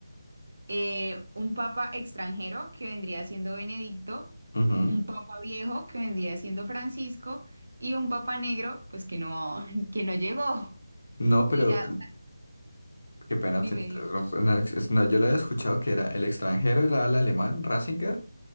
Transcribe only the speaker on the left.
ujú.
No, pero
mm,
qué pena
te interrumpo.
No, es- no, yo lo había escuchado que era el extranjero, era el alemán, Ratzinger,